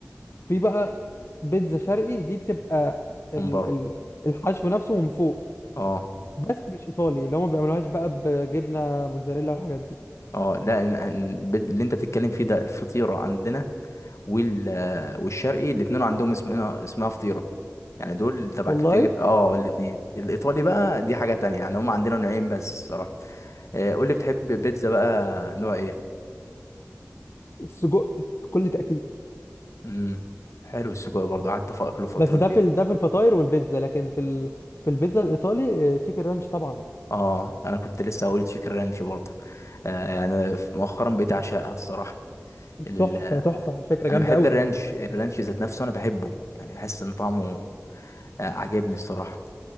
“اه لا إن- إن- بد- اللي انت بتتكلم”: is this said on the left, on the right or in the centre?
Left